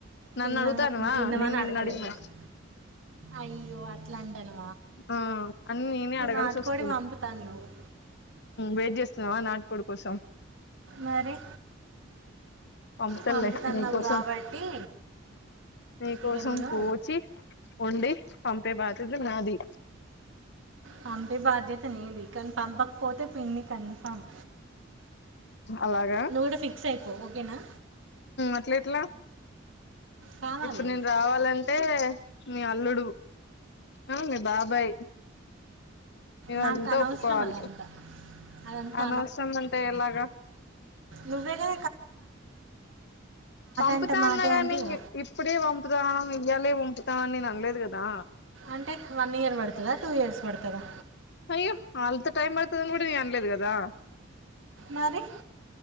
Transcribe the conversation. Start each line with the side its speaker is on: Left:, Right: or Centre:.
Left: నన్ను
Right: తిన్నా
Left: అడుగుతాన్నవా
Right: నువ్వు తిన్నావా
Left: నేను
Right: అని
Left: నిన్ను
Right: అడగలే
Left: అడిగిన
Right: ఫస్ట్ అయ్యో అట్లాంటానవ్
Left: ఆ అని నేనే అడగాల్సి
Right: నాటుకోడి
Left: వస్తుంది
Right: పంపుతాను నువ్వు
Left: వెయిట్ చేస్తున్నావా నా కోడి కోసం
Right: మరి
Left: అంతేలే
Right: పంపుతున్నావు
Left: నీ కోసం
Right: కాబట్టి
Left: నీ కోసం
Right: ఇక నేను
Left: కూచి వొండి పం పే బాద్యత నాది
Right: పంపే బాధ్యత నీది కానీ పంపకపోతే పిన్ని కన్ఫామ్
Left: అలాగా
Right: నువ్వు కూడా ఫిక్స్ అయిపో ఓకేనా
Left: అట్ల ఎట్లా
Right: కావాలి
Left: ఇప్పుడు నేను రావాలంటే మీ అల్లుడు అ మీ బాబాయ్ ఇవంతా
Right: నాకు అనవసరం
Left: ఒప్పుకోవాలి
Right: అదంతా అదంతా
Left: అనవసరం అంటే ఎలాగా
Right: నువ్వేగా
Left: పంపుతా
Right: అంటే మాటే
Left: అన్నా కానీ
Right: అంటే ఇక.
Left: ఇప్పుడే పంపుతాన్నా ఇయ్యాలే పంపుతా అని నేను అనలేదు కదా
Right: అంటే వన్ ఇయర్ పడుతుందా టూ ఇయర్స్ పడుతు ఇక్కవా
Left: అయ్యో అల్త టైమ్ బర్తుదని కూడా నేను అనలేదు కదా
Right: మరి